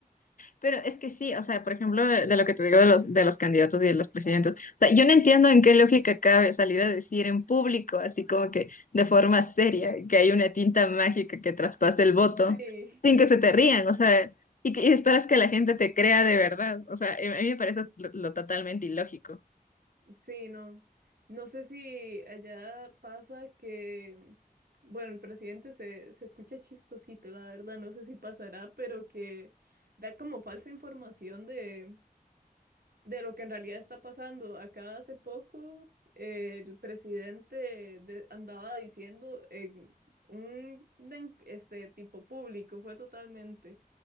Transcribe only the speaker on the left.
Pero es que sí, o sea, por ejemplo, de, de lo que te digo de los, de los candidatos y de los presidentes, o sea, yo no entiendo en qué lógica cabe salir a decir en público, así como que de forma seria, que hay una tinta mágica que traspase el voto,
sin que se te rían, o sea, y, que- y esperas que la gente te crea de verdad, o sea, a mí me parece lo, lo totalmente ilógico.